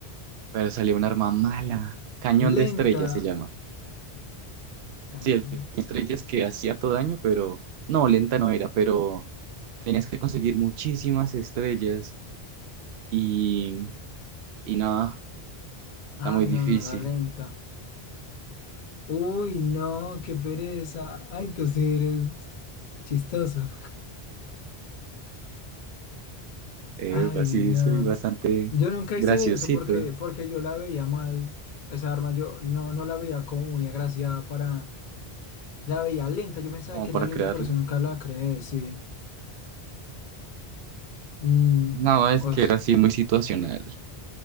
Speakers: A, on the right (about 75°); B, on the left (about 55°).
A: Pero salió un arma mala. Cañón de
B: Lenta.
A: estrellas se llama.
B: Cañón.
A: Sí, el cañón de estrellas que hacía todo daño, pero no, lenta no era, pero tenías que conseguir muchísimas estrellas y, y nada, está
B: Ah,
A: muy difícil.
B: no, no era lenta. Uy, no, qué pereza. Ay, tú sí eres chistoso.
A: Eh,
B: Ay,
A: así
B: no.
A: soy bastante
B: Yo nunca
A: graciosito
B: hice eso porque, porque yo la veía mal. Esa arma yo no, no la veía como muy agraciada para La veía lenta, yo pensaba
A: como
B: que
A: para
B: era lenta,
A: crearla.
B: por eso nunca la creé, sí. Mm,
A: No, es
B: os-
A: que era así muy situacional.